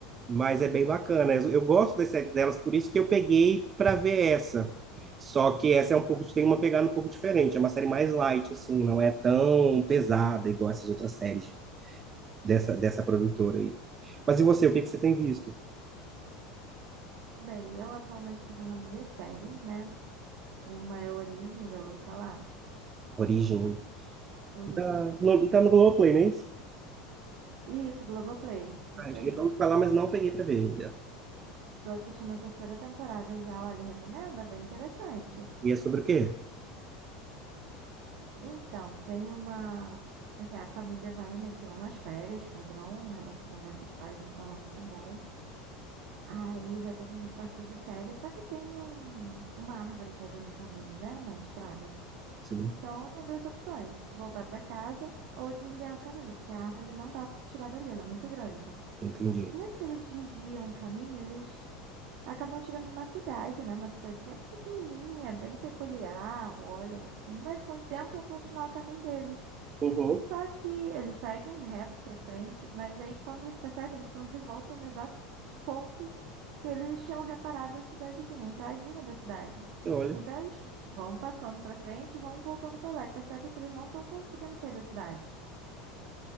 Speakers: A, on the right (about 30°); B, on the right (about 60°).
A: Mas é bem bacana. Eu, eu gosto das séries delas, por isso que eu peguei para ver essa. Só que essa é um pouco, tem uma pegada um pouco diferente. É uma série mais light, assim, não é tão pesada igual essas outras séries dessa, dessa produtora aí. Mas e você, o que que você tem visto?
B: Bem, eu atualmente estou vendo duas séries, né? Uma é Origem, já ouviu falar?
A: Origem.
B: Origem.
A: Tá no, tá no Globoplay, não é isso?
B: Isso, Globoplay. Isso
A: Ah, Eu
B: aí.
A: já ouvi falar, mas não peguei para ver ainda.
B: Tô assistindo a terceira temporada já, olha, recomendo, é bem interessante.
A: E é sobre o quê?
B: Então, tem uma. Assim, a família vai, né, tirar umas férias, padrão, o relacionamento dos pais não tá lá muito bom. Aí vai todo mundo partir de férias, só que tem um, uma árvore caída no caminho, né, na estrada.
A: Sim,
B: Então, tem duas opções: voltar para casa ou desviar o caminho, porque a árvore não dá para tirar dali, ela é muito grande.
A: entendi.
B: Nisso que eles desviam o caminho, eles acabam chegando numa cidade, né? Uma cidadezinha pequenininha, bem peculiar, olham assim, mas con- tentam continuar o caminho deles.
A: Uhum.
B: Só que eles seguem reto pra frente, mas aí quando eles percebem, eles estão de volta no exato ponto que eles tinham reparado a cidadezinha, a entradinha da cidade.
A: Olha,
B: Então eles vão passando pra frente e vão voltando pra lá e percebem que eles não estão conseguindo sair da cidade,